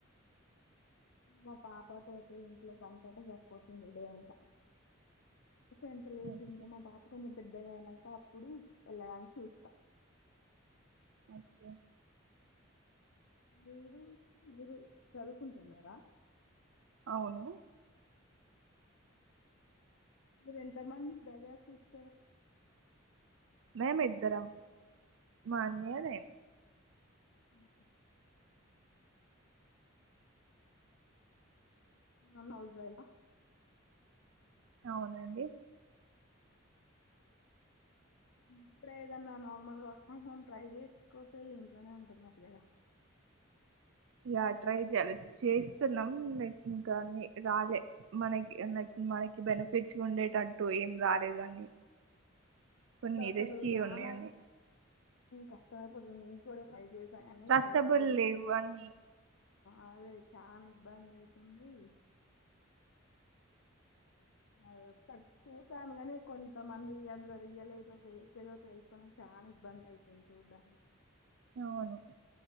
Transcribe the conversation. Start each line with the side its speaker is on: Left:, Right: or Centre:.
Left: ఇంట్లొ పాప తోటి ఇంట్లో పనితొటే సరిపోతుంది డే అంత అంత లేదు
Right: ఓకే
Left: అండి మా పాప కొంచెం పెద్దగా అయినాంక అప్పుడు వెళ్ళడానికి చూస్తా
Right: ఓకే
Left: మీరు మీరు చదువుకుంటున్నారా
Right: అవును
Left: మీరు ఎంత మంది బ్రదర్స్ సిస్టర్స్
Right: మేమం ఇద్దరం మాన్దేలే
Left: మ్మ్ మనం <unintelligible> వయిగా
Right: అవునండి
Left: మీరు కూడా ఏదన్నా నార్మల్గా వర్క్ ఫ్రమ్ హోం ట్రై చేసుకోవచ్చుఇంట్లోనే ఉంటున్నారు కదా
Right: ఆ ట్రై చేయాలి చేస్తున్నాం లైక్ ఇంకా అన్ని రాలే మనకి లైక్ మనకి బెనిఫిట్స్ ఉండేటట్టు ఏం రాలేదు అని కొన్ని
Left: అసలు
Right: రిస్కీ
Left: చానా
Right: ఉన్నాయని
Left: కష్టమే పిల్లలని కూడా <unintelligible> కానీ
Right: ట్రస్టబుల్
Left: అసలు
Right: లేవు అని
Left: అదే చాలా ఇబ్బంది అయితుంది అ ఒకసారి చూసాను కాని కొంతమంది అందులో రియల్ ఏదో ఫేక్ ఏదో తెలుసుకోవడానికి చాలా ఇబ్బంది అయితుంది చూడ్డానికి
Right: అవును